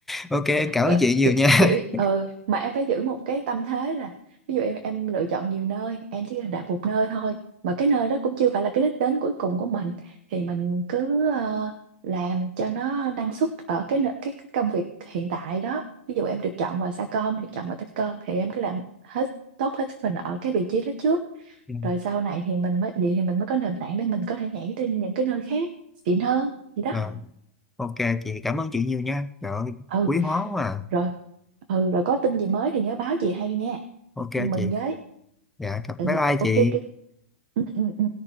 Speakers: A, in the centre; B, on the right.
A: ok em cảm
B: kiểu,
A: ơn chị nhiều
B: kiểu,
A: nha
B: kiểu
A: <laughs>
B: ờ, mà em phải giữ một cái tâm thế là ví dụ em em lựa chọn nhiều nơi em chỉ cần đạp một nơi thôi mà cái nơi đó cũng chưa phải là cái đích đến cuối cùng của mình thì mình cứ ờ, làm cho nó năng suất ở cái nợ- cái cái công việc hiện tại đó ví dụ em được chọn vào Sacom được chọn vào Techcom thì em cứ làm hết tốt hết sức mình ở cái vị trí đó trước
A: Dạ.
B: rồi sau này thì mình mới vậy thì mình mới có nền tảng để mình có thể nhảy đến những cái nơi khác xịn hơn gì đó
A: Vâng, ok chị cảm ơn chị nhiều nha. Trời ơi,
B: ừ
A: quý hóa quá à.
B: rồi ừ rồi có tin gì mới thì nhớ báo chị hay nha
A: Ok
B: chị mừng
A: chị.
B: với
A: dạ cảm-
B: ừ,
A: bye bye
B: ok
A: chị
B: cái ừ, ừ, ừ.